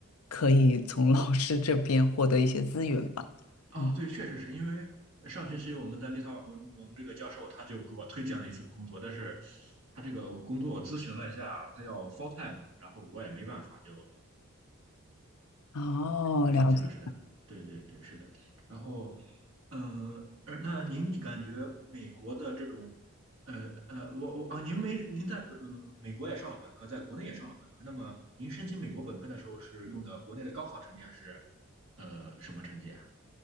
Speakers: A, on the left (about 85°); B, on the right (about 60°).
A: 可以从老师这边获得一些资源吧。
B: 啊，
A: 嗯，
B: 对，确实是因为上学期我们在立陶宛，我们这个教授他就给我推荐了一份工作，但是他这个工作我咨询了一下，他要 full time，然后我也没办法，就
A: 哦，
B: 只能放弃了，
A: 了解。
B: 是的，对对对，是的。然后，嗯、呃，而那您感觉美国的这种，呃呃，我我啊，您没您在嗯美国也上了本科，在国内也上了本科，那么您申请美国本科的时候是用的国内的高考成绩还是呃什么成绩啊？